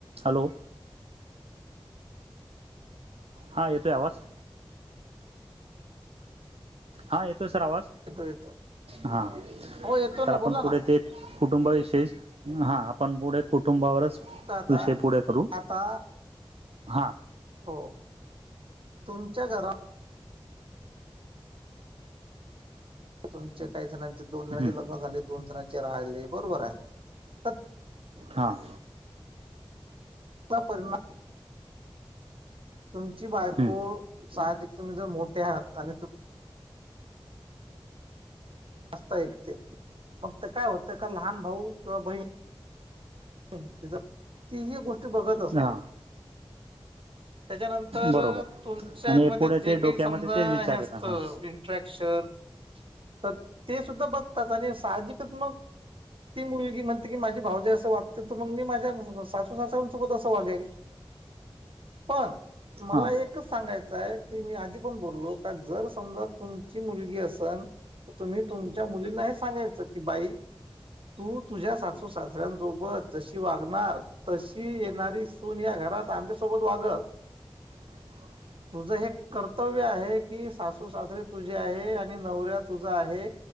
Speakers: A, on the right; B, on the right.
A: Hello. हा येतो ये आवाज? हा येतोय सर आवाज?
B: येतो येतो
A: हा
B: हो येतो ना
A: तर आपण
B: बोला
A: पुढे
B: ना
A: ते कुटुंबाविशेष हा आपण पुढे कुटुंबावरच
B: आता आता
A: विषय पुढे करू.
B: आता
A: हा.
B: हो तुमच्या घरा तुमचे काही जणांचे दोन जणांचे
A: हं
B: लग्न झाले, दोन जणांचे राहिले. बरोबर आहे. तर.
A: हां.
B: परणाम तुमची बायको
A: हं
B: साहजिक तुम्ही जर मोठे आहात. आणि तु असता एक ते. मग ते काय होत का, लहान भाऊ किंवा बहीण तथ तीही गोष्टी बघत असते.
A: हां
B: त्याच्यानंतर
A: बरोबर
B: तुमच्या
A: आणि
B: मध्ये
A: पुढे
B: जे
A: ते
B: काही
A: डोक्यामध्ये
B: समजा
A: तेच विचार
B: हे असत.
A: येत हां
B: एट्रेक्शन तर ते सुद्धा बघतात. आणि साहजिकच मग ती मुलगी म्हणते की, माझी भावजाई असं वागते तर मग मी माझ्या सासू सासऱ्यां सोबत असं वागेल. पण. मला
A: हां
B: एकच सांगायचं आहे. की मी आधी पण बोललो, का जर समजा तुमची मुलगी आसन तुम्ही तुमच्या मुलींना हे सांगायचं की, बाई तू तुझ्या सासू सासऱ्यांसोबत जशी वागणार तशी येणारी सून या घरात आमच्यासोबत वागल.
A: ह <unintelligible>
B: तुझं हे कर्तव्य आहे की, सासू सासरे तुझे आहे आणि नवरा तुझा आहे.